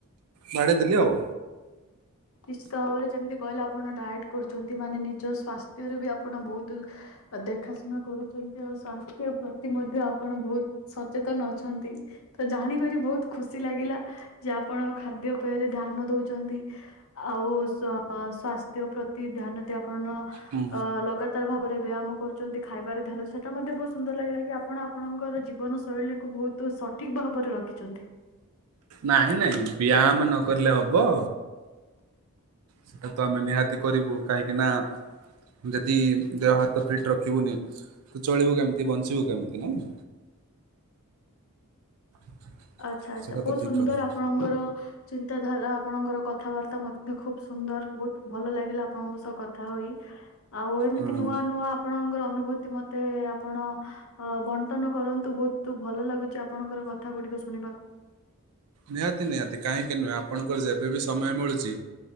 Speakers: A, on the right (about 80°); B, on the left (about 65°).
A: ବାଡେଇ ଦେଲି ଆଉ।
B: ନିଶ୍ଚିତ ଭାବରେ ଯେମିତି କହିଲେ ଆପଣ ଡାଏଟ୍ କରୁଚନ୍ତି ମାନେ ନିଜ ସ୍ୱାସ୍ଥ୍ୟର ବି ଆପଣ ବୋହୁତୁ ଆ ଦେଖାଶୁଣା କରୁଛନ୍ତି ଆଉ ସ୍ୱାସ୍ଥ୍ୟ ପ୍ରତି ମଧ୍ୟ ଆପଣ ବୋହୁତ ସଚେତନ ଅଛନ୍ତି ତ ଜାଣିକରି ବୋହୁତ ଖୁସି ଲାଗିଲା। ଯେ ଆପଣ ଖାଦ୍ୟ ପେୟରେ ଧ୍ୟାନ ଦୋଉଚନ୍ତି। ଆଉ ସ୍ଵା ସ୍ଵାସ୍ଥ୍ୟ ପ୍ରତି ଧ୍ୟାନ ଦେ ଆପଣ
A: ହୁଁ
B: ଅ ଲଗା <unintelligible> ଭାବରେ ବ୍ୟାୟାମ କରୁଚନ୍ତି ଖାଇବାରେ ଧ୍ୟାନ ସେଟା ମଧ୍ୟ ବୋହୁତ ସୁନ୍ଦର ଲାଗିଲା କି ଆପଣ ଆପଣଙ୍କର ଜୀବଶୈଳୀକୁ ବୋହୁ ତୁ ସଠିକ ଭାବରେ ରଖିଛନ୍ତି।
A: ନାହିଁ ନାଇଁ ବ୍ୟାୟାମ ନକରିଲେ ହବ। ସେଟା ତ ଆମେ ନିହାତି କରିବୁ କାହିଁକି ନା। ଯଦି ଦେହ ହାତ ଫିଟ୍ ରଖିବୁନି ତ ଚଳିବୁ କେମିତି ବଞ୍ଚିବୁ କେମିତି ନାଇଁ। <inaudible>
B: ଆଚ୍ଛା ଆଚ୍ଛା
A: ସେଟା
B: ବୋହୁତ
A: ତ ଠିକ
B: ସୁନ୍ଦର
A: କଥା।
B: ଆପଣଙ୍କର ଚିନ୍ତାଧାରା ଆପଣଙ୍କର କଥାବାର୍ତ୍ତା ମଧ୍ୟ ଖୁବ ସୁନ୍ଦର ବୋହୁତ ଭଲ ଲାଗିଲା ଆପଣଙ୍କ ସହ କଥା ହୋଇ। ଆଉ ଏମିତି
A: ହୁଁ
B: ନୂଆ ନୂଆ ଆପଣଙ୍କର ଅନୁଭୂତି ମତେ ଆପଣ ଅ ବଣ୍ଟନ କରନ୍ତୁ ବୋହୁତୁ ଭଲ ଲାଗୁଚି ଆପଣଙ୍କର କଥା ଗୁଡିକ ଶୁଣିବାକୁ।
A: ନିହାତି ନିହାତି କାହିଁକି ନୁହେଁ ଆପଣଙ୍କର ଯେବେବି ସମୟ ମିଳୁଚି